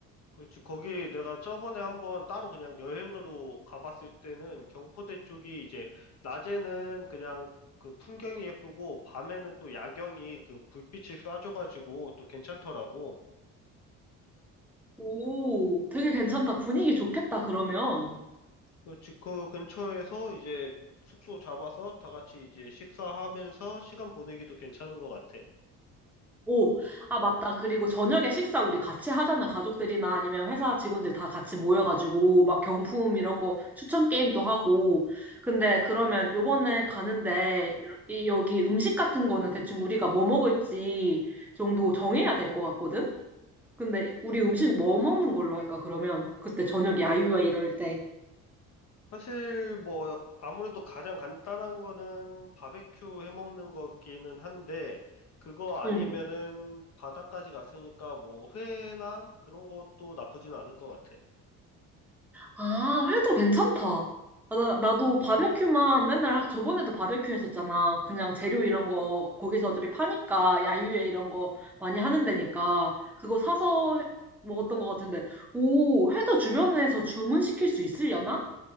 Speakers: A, on the left; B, in the centre.
A: 그렇지. 거기 내가 저번에 한번 따로 그냥 여행으로 가봤을 때는 경포대 쪽이 이제 낮에는 그냥 그 풍경이 예쁘고 밤에는 또 야경이 그 불빛이 쏴줘가지고 또 괜찮더라고.
B: 오, 되게 괜찮다. 분위기 좋겠다, 그러면.
A: 그렇지. 그 근처에서 이제 숙소 잡아서 다 같이 이제 식사하면서 시간 보내기도 괜찮은 것 같아.
B: 오, 아, 맞다. 그리고 저녁에 식사 우리 같이 하잖아. 가족들이나 아니면 회사 직원들 다 같이 모여가지고, 막 경품 이런 거 추천 게임도 하고. 근데 그러면 요번에 가는데, 이- 여기 음식 같은 거는 대충 우리가 뭐 먹을지 정도 정해야 될 것 같거든? 근데 우리 음식 뭐 먹는 걸로 할까, 그러면? 그때 저녁 야유회 이럴 때.
A: 사실 뭐 아무래도 가장 간단한 거는 바베큐 해 먹는 거기는 한데 그거 아니면은
B: 응.
A: 바다까지 갔으니까 뭐 회나 그런 것도 나쁘진 않을 것 같아.
B: 아, 회도 괜찮다. 아, 나, 나도 바베큐만 맨날 하- 저번에도 바베큐 했었잖아. 그냥 재료 이런 거 거기서 어차피 파니까 야유회 이런 거 많이 하는 데니까 그거 사서 해- 먹었던 것 같은데 오, 회도 주변에서 주문시킬 수 있으려나?